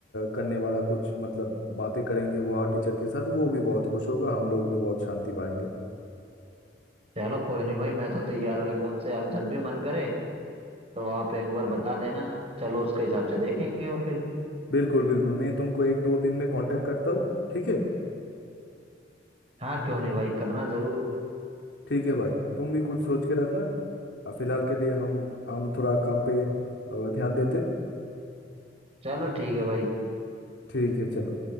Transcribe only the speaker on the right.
चलो कोई नहीं भाई मैं तो तैयार हूँ एकदम से आप जब भी मन करे तो आप एक बार बता देना चलो उसके हिसाब से देखेंगे और फिर
हाँ क्यों नहीं भाई करना जरूर
चलो ठीक है भाई